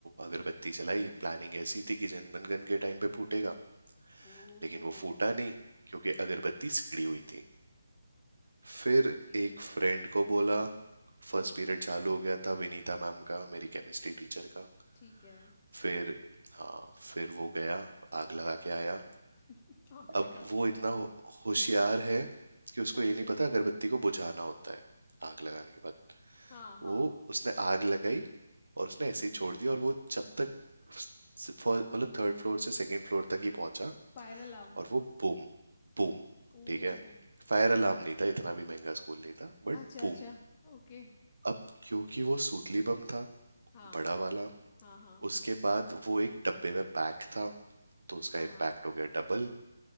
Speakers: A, on the right (about 70°); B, on the left (about 25°).
A: अगरबत्ती जलाई प्लानिंग ऐसी थी कि जनगण के टाइम पे फूटेगा
B: ओ
A: लेकिन वो फूटा नहीं क्योंकि अगरबत्ती सिड़ी हुई थी फिर
B: ओके
A: एक फ्रेंड को बोला फर्स्ट पीरियड चालू हो गया था विनीता मैम का मेरी केमिस्ट्री टीचर का
B: ठीक है
A: फिर हाँ फिर वो गया आग लगा के आया
B: <laughs> आग
A: अब
B: लगा
A: वो
B: के आया
A: इतना हो- होशियार है कि उसको
B: अच्छा
A: ये नहीं पता अगरबत्ती को बुझाना होता है आग लगाने के बाद
B: हाँ हाँ
A: वो उसने आग लगाई और उसने ऐसे ही छोड़ दी और वो जब तक स- फर- मतलब थर्ड फ्लोर से सेकंड फ्लोर तक ही पहुंचा
B: Fire alarm
A: और वो बूम बूम
B: ओ
A: ठीक है फायर अलार्म नहीं था इतना भी महंगा स्कूल नहीं था बट
B: अच्छा
A: बूम
B: अच्छा ओके
A: अब क्योंकि वो सूतली बम था
B: हाँ
A: बड़ा वाला
B: हाँ हाँ
A: उसके बाद वो एक डब्बे में पैक था तो उसका
B: हाँ
A: इम्पैक्ट हो गया डबल